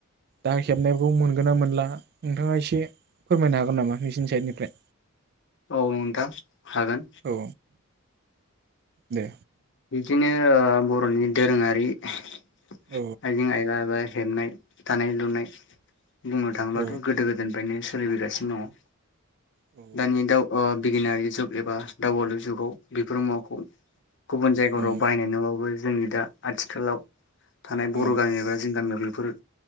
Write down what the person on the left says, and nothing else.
औ नोंथां। हागोन
बिदिनो बर'नि दोरोङारि आइजें
-आयला बानायनाय हेबनाय दानाय लुनाय बुंनो थाङोब्लाथ'
गोदो- गोदायनिफ्रायनो सोलिबोगासिनो दङ।
दानि दाउगानाय ओ बिगियारि जुग एबा दावबायालु जुगाव बेफोर मुवाखौ गुबुन जायगाफोराव
बायनाय नङाबाबो जोंनि दा आथिखालाव थानाय
बर' गामि एबा जों गामियावबो बे